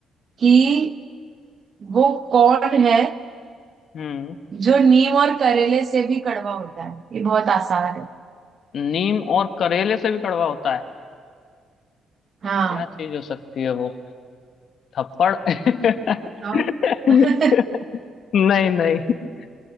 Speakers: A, on the right; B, on the left.
A: कि वो कौन है
B: हम्म
A: जो नीम और करेले से भी कड़वा होता है ये बहुत आसान है
B: नीम और करेले से भी कड़वा होता है
A: हाँ
B: क्या चीज हो सकती है वो थप्पड़ <laughs>
A: बताओ <laughs>
B: नहीं नहीं